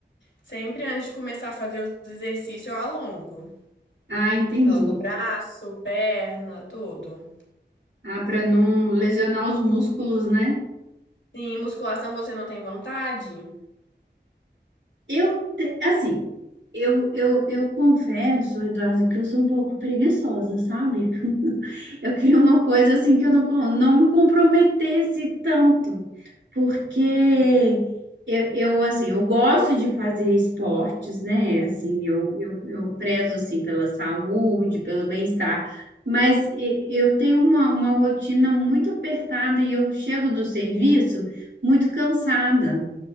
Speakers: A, on the left; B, on the right.
A: Sempre antes de começar a fazer os exercícios, eu alongo.
B: Ah, entendi.
A: Alongo o braço, perna, tudo.
B: Ah, para não lesionar os músculos, né?
A: Sim, musculação você não tem vontade?
B: Eu, te- assim, eu, eu, eu confesso, Eduardo, que eu sou um pouco preguiçosa, sabe? Eu queria uma coisa assim que eu não, com- não me comprometesse tanto, porque
A: Uhum,
B: eu, eu, assim, eu gosto de fazer esportes, né? Assim, eu, eu, eu prezo, assim, pela saúde, pelo bem-estar, mas e- eu tenho uma, uma rotina muito apertada e eu chego do serviço muito cansada.